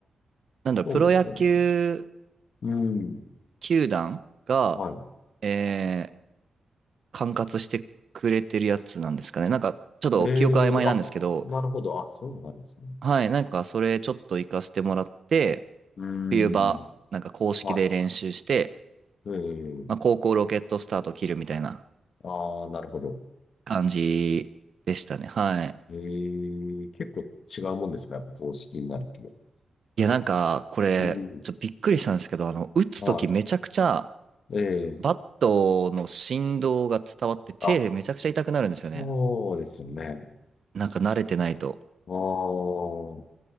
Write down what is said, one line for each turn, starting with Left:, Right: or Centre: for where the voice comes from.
Right: なんだろう、
Left: そうですよね。
Right: プロ野球
Left: うん。
Right: 球団が、
Left: はい。
Right: えー管轄してくれてるやつなんですかね。なんか、ちょっと記憶曖昧なんですけど、
Left: ええあ、なるほど。あ、そういうのがあるんですね。
Right: はい、なんか、それちょっと行かせてもらって、
Left: うん。
Right: 冬場、なんか公式で練習して、
Left: はい。
Right: まあ、高校ロケットスタート切るみたいな
Left: ええああ、なるほど。
Right: 感じでしたね。はい。
Left: ええ結構違うもんですか、やっぱ公式になると。
Right: いや、なんか、これ、
Left: うん。
Right: ちょっとびっくりしたんですけど、あの、打つときめちゃくちゃ、
Left: はい。
Right: バットの振動が伝わって、
Left: ええ
Right: 手でめちゃくちゃ痛くなるんですよね。
Left: あ、そうですよね。
Right: なんか慣れてないと。
Left: ああ、う